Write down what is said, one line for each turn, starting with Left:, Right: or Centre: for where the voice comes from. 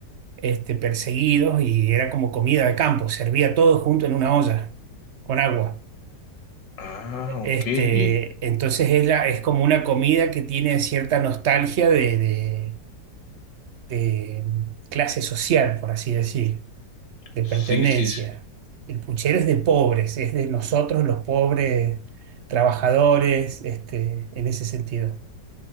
Right: este, perseguidos y era como comida de campo, servía todo junto en una olla con agua.
Left: Ah,
Right: Este,
Left: ok. en-
Right: entonces es, la- es como una comida que tiene cierta nostalgia de, de- de mm, clase social, por así decir, de
Left: Sí,
Right: pertenencia.
Left: sí, sí.
Right: El puchero es de pobres, es de nosotros los pobres trabajadores, este, en ese sentido.